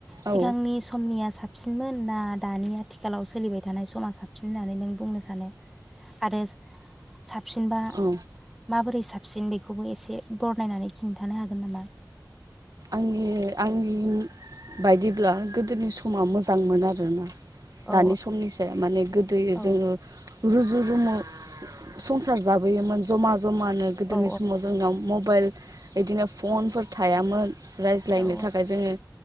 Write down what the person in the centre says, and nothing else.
सिगांनि
समनिया साख सिनमोन ना दानि आथिखालाव सोलिबाय थानाय समा साबसिन होननानै नों बुंनो सानो? आरोस सा सिनबा
माबोरै सा सिन बेखौबो एसे बरनायनानै खिन्थानो हागोन नामा?
औ
औ
औ
औ